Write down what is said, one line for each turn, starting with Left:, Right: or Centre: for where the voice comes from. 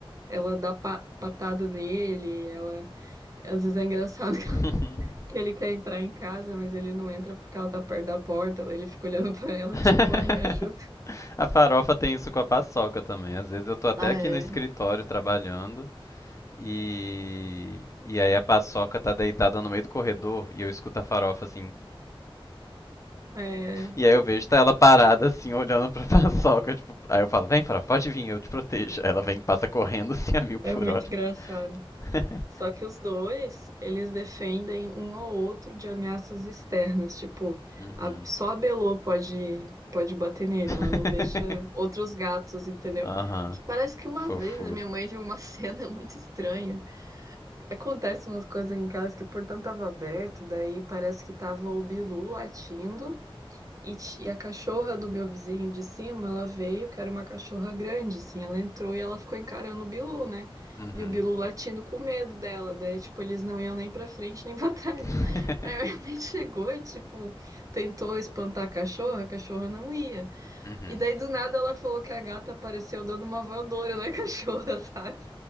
Right: Ela dá pa- patada nele, ela. Às vezes é engraçado <laughs>
Left: <laughs>
Right: que ele quer entrar em casa, mas ele não entra porque ela tá perto da porta, daí ele fica olhando <laughs> pra ela,
Left: <laughs>
Right: tipo, ai, me ajuda.
Left: A farofa tem isso com a paçoca também. Às vezes eu tô até
Right: Ah,
Left: aqui
Right: é.
Left: no escritório trabalhando e e aí a paçoca tá deitada no meio do corredor e eu escuto a farofa assim.
Right: É,
Left: E aí eu vejo tá ela parada assim olhando pra <laughs> paçoca, tipo, aí eu falo: "Vem, farofa, pode vir, eu te protejo". Aí ela vem e passa correndo assim a mil por
Right: é muito
Left: hora.
Right: engraçado.
Left: <laughs>
Right: Só que os dois, eles defendem um ao outro de ameaças externas, tipo,
Left: Uhum.
Right: a- só a Belô pode, pode bater nele,
Left: <laughs>
Right: ela não deixa outros gatos, entendeu?
Left: Aham,
Right: Que parece que uma
Left: fofo.
Right: vez a minha mãe viu uma <laughs> cena muito estranha Acontece umas coisas aqui em casa que o portão tava aberto, daí parece que tava o Bilu latindo e, ti- e a cachorra do meu vizinho de cima, ela veio, que era uma cachorra grande, assim, ela entrou e ela ficou encarando o Bilu, né?
Left: Uhum.
Right: E o Bilu latindo com medo dela, daí, tipo, eles não iam nem pra frente nem <laughs> pra trás.
Left: <laughs>
Right: Aí a minha mãe chegou e, tipo, tentou espantar a cachorra, a cachorra não ia.
Left: Uhum.
Right: E daí, do nada, ela falou que a gata apareceu dando uma voadora na <laughs> cachorra, sabe?